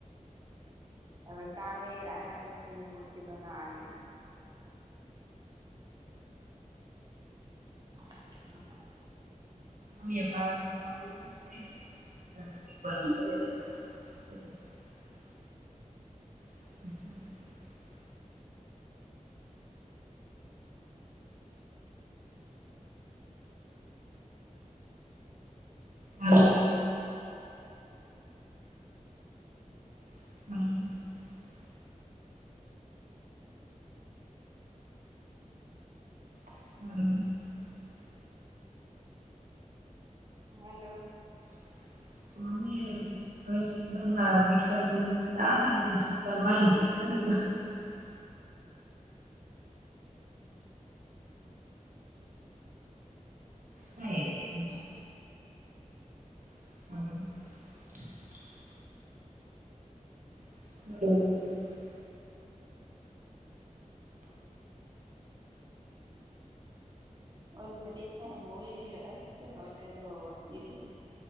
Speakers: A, on the right; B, on the right.
A: હવે કાલે રાધા કૃષ્ણની મૂર્તિ બનાવાની હે હમ <unintelligible>
B: અમે પાલન <unintelligible> <unintelligible> હલો હમ હ
A: હાલો
B: <inaudible> <unintelligible> <inaudible> હા એ તો છે. <inaudible> <unintelligible>
A: <unintelligible> સિવિલ